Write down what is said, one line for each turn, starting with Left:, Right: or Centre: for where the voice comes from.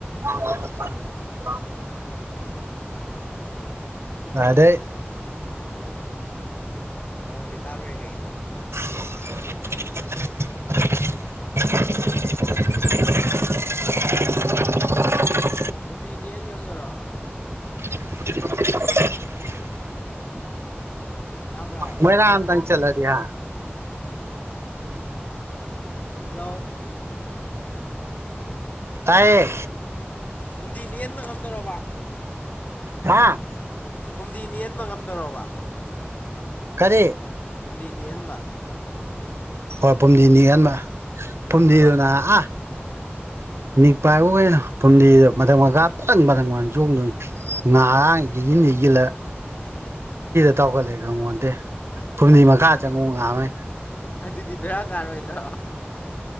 Right: <unintelligible> ꯑꯗꯦ
Left: ꯄꯣꯡꯗꯤ ꯇꯥꯔꯣꯏꯍꯦ
Right: <unintelligible>
Left: ꯍꯨꯝꯗꯤꯗꯤꯍꯟ ꯌꯥꯝꯗꯣꯏꯔ
Right: <unintelligible>
Left: ꯇꯥꯕ꯭ꯔꯣ
Right: ꯃꯣꯏꯅꯥ ꯑꯇꯪ ꯆꯂ ꯀꯌꯥ
Left: ꯍꯜꯂꯣ
Right: ꯇꯥꯏꯌꯦ
Left: ꯍꯨꯝꯗꯤ ꯅꯍꯟꯕ ꯉꯝꯗꯔꯕ
Right: ꯍꯥꯥ
Left: ꯐꯨꯝꯗꯤ ꯃꯤꯍꯟꯕ ꯉꯝꯗꯕ
Right: ꯀꯔꯤ
Left: ꯍꯨꯝꯗꯤꯅꯤꯍꯟꯕ
Right: ꯍꯣꯏ ꯄꯨꯝꯗꯤ ꯅꯤꯒꯥꯟꯃ
Left: ꯉꯝꯗꯣꯔꯕ
Right: ꯄꯨꯝꯗꯗꯨꯅ ꯑ ꯅꯤꯛ ꯄꯥꯏꯕ ꯑꯣꯏꯅ ꯐꯨꯝꯗꯤꯗ ꯃꯊꯪ ꯃꯥ ꯄꯊꯪ ꯃꯊꯪ ꯃꯊꯪ ꯆꯣꯡꯗꯣꯏ ꯉꯥꯥꯡ ꯏꯁꯤꯟ ꯏꯁꯤꯜꯂ
Left: <inaudible>
Right: ꯆꯥꯎꯈꯠꯂꯛꯑꯦ ꯈꯪꯉꯣꯟꯗꯦ ꯐꯨꯝꯗꯤ ꯃꯈꯥ ꯆꯪꯉꯨ ꯉꯥꯃꯩ
Left: ꯑꯗꯨꯗꯤ ꯄꯔꯥ ꯀꯔꯣꯏꯗ꯭ꯔꯣ